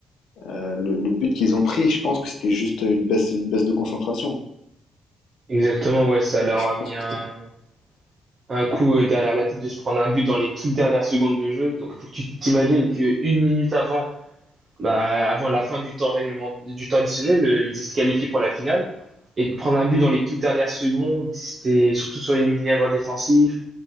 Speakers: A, on the left (about 80°); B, on the right (about 30°).
A: euh, le, le but qu'ils ont pris, je pense que c'était juste une baisse, une baisse de concentration.
B: Exactement, ouais, ça leur
A: Je
B: a mis
A: pense que
B: un,
A: c'était-
B: un coup euh, derrière la tête de se prendre un but dans les toutes dernières secondes de jeu. Donc il faut que tu t'imagines que une minute avant, bah, avant la fin du temps réglement, du temps additionnel, euh, ils étaient qualifiés pour la finale. Et de prendre un but dans les toutes dernières secondes, c'était surtout sur les mineurs défensifs.